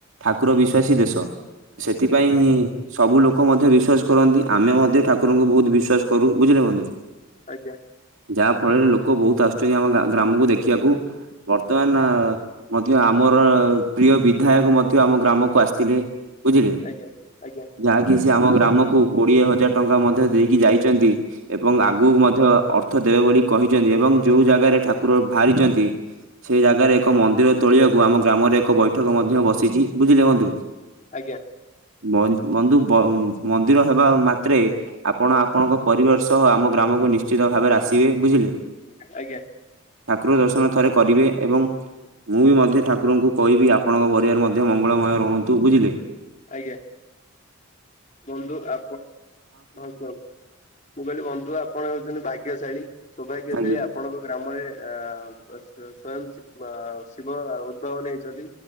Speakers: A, on the right; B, on the left.
A: ଠାକୁର ବିଶ୍ଵାସୀ ଦେଶ ସେଥିପାଇଁ
B: ଆଜ୍ଞା
A: ସବୁ ଲୋକ ମଧ୍ୟ ବିଶ୍ଵାସ କରନ୍ତି ଆମେ ମଧ୍ୟ ଠାକୁରଙ୍କୁ ବହୁତ ବିଶ୍ଵାସ କରୁ ବୁଝିଲେ ବନ୍ଧୁ।
B: ଆଜ୍ଞା।
A: ଯାହା ଫଳରେ ଲୋକ ବହୁତ ଆସୁଛନ୍ତି ଆମ ଗାଁ ଗ୍ରାମକୁ ଦେଖିବାକୁ। ତମେନା ଆଁ ମଧ୍ୟ ଆମର ପ୍ରିୟ ବିଧାୟକ ମଧ୍ୟ ଆମ ଗ୍ରାମକୁ ଆସିଥିଲେ। ବୁଝିଲେ।
B: ଆଜ୍ଞା ଆଜ୍ଞା ଆଜ୍ଞା
A: ଯାହାକି ସେ ଆମ ଗ୍ରାମକୁ କୋଡିଏ ହଜାର ଟଙ୍କା ମଧ୍ୟ ଦେଇକି ଯାଇଛନ୍ତି ଏବଂ ଆଗକୁ ମଧ୍ୟ ଅର୍ଥ ଦେବେ ବୋଲି କହିଛନ୍ତି ଏବଂ ଯୋଉଁ ଜାଗାରେ ଠାକୁର ଭାରିଛନ୍ତି ସେଇ ଜାଗାରେ ଏକ ମନ୍ଦିର ତୋଳିବାକୁ ଆମ ଗ୍ରାମରେ ଏକ ବୈଠକ ମଧ୍ୟ ବସିଛି, ବୁଝିଲେ ବଧୁ।
B: ଆଜ୍ଞା।
A: ବନ ବନ୍ଧୁ ବ ମନ୍ଦିର ହେବା ମାତ୍ରେ ଆପଣ ଆପଣଙ୍କ ପରିବାର ସ ତ ଆମ ଗ୍ରାମକୁ ନିଶ୍ଚିତ ଭାବରେ ଆସିବେ, ବୁଝିଲେ।
B: ଆଜ୍ଞା।
A: ଠାକୁର ଦର୍ଶନ ଥରେ କରିବେ ଏବଂ ମୁଁ ମଧ୍ୟ ଠାକୁରଙ୍କୁ କହିବି, ଆପଣଙ୍କ ପରିବାର ମଧ୍ୟ ମଙ୍ଗଳମୟ ରୁହନ୍ତୁ ବୁଝିଲେ।
B: ଆଜ୍ଞା ବନ୍ଧୁ ଆପଣ ହଁ କୁହନ୍ତୁ। ମୁଁ କହିଲି ବନ୍ଧୁ ଆପଣ ହେଉଛନ୍ତି ଭାଗ୍ୟଶାଳୀ, ସୌଭାଗ୍ୟଶାଳୀ
A: ଆଜ୍ଞା
B: ଆ ଆପଣଙ୍କ ଗ୍ରାମରେ ଆ ସ ସ୍ଵୟଂ ଶି ଶିବ ଉଦ୍ଭାବନ ହେଇଛନ୍ତି।